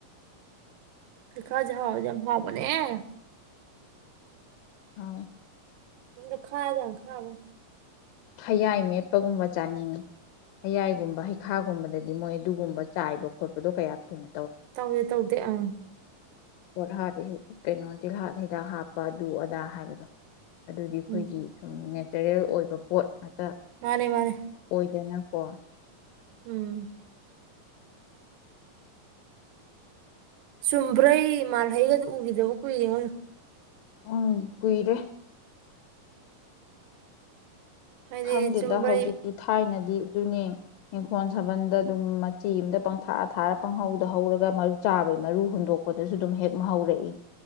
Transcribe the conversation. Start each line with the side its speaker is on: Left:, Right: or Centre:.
Right: ꯍꯩꯈꯥꯖꯦ ꯍꯥꯎꯔꯗꯤ ꯌꯥꯝ ꯍꯥꯥꯎꯕꯅꯦ
Left: ꯍꯥ
Right: ꯎ ꯈꯥꯔꯗꯤ ꯌꯥꯝ ꯈꯥꯕ
Left: ꯍꯌꯥꯏ ꯃꯦꯠꯄꯒꯨꯝꯕ ꯆꯥꯅꯤꯡꯉꯤ ꯍꯌꯥꯏꯒꯨꯝꯕ ꯍꯩꯈꯥꯒꯨꯝꯕꯗꯤ ꯃꯣꯏ ꯑꯗꯨꯒꯨꯝꯕ ꯆꯥꯏꯕ ꯈꯣꯄꯗꯣ ꯀꯌꯥ ꯊꯣꯏꯅ
Right: ꯇꯧꯗꯦ ꯇꯧꯗꯦ ꯑꯥ
Left: ꯄꯣꯠꯍ ꯀꯩꯅꯣ ꯇꯤꯜꯍꯥꯠ ꯍꯤꯗꯥꯛ ꯍꯥꯞꯄ ꯑꯗꯨ ꯑꯗꯥ ꯍꯥꯏꯕꯗꯣ ꯑꯗꯨꯗꯤ ꯑꯩꯈꯣꯏꯒꯤ
Right: ꯎꯝ
Left: ꯅꯦꯆꯔꯦꯜ ꯑꯣꯏꯕ ꯄꯣꯠ ꯉꯥꯛꯇ
Right: ꯃꯥꯅꯦ ꯃꯥꯅꯦ
Left: ꯑꯗꯨꯗꯅ ꯀꯣ
Right: ꯎꯝ ꯆꯨꯝꯕ꯭ꯔꯩ ꯃꯥꯜꯍꯩꯒꯗꯤ ꯎꯒꯤꯗꯕ ꯀꯨꯏꯔꯦꯉꯣ
Left: ꯎꯝ ꯀꯨꯏꯔꯦ
Right: ꯍꯥꯏꯗꯤ
Left: ꯈꯪꯗꯦꯗ
Right: ꯆꯨꯝꯕ꯭ꯔꯩ
Left: ꯍꯧꯖꯤꯛꯇꯤ ꯊꯥꯏꯅ ꯑꯗꯨꯅꯦ ꯏꯪꯈꯣꯜ ꯁꯥꯕꯜꯗ ꯑꯗꯨꯝ ꯃꯆꯤ ꯑꯃꯗ ꯄꯪꯊꯥꯛꯑ ꯊꯥꯔ ꯄꯪꯍꯧꯗ ꯍꯧꯧꯔꯒ ꯆꯥꯕꯩ ꯃꯔꯨ ꯍꯨꯟꯗꯣꯛ ꯄꯣꯠꯇꯁꯨ ꯑꯗꯨꯝ ꯍꯦꯛ ꯍꯧꯔꯛꯏ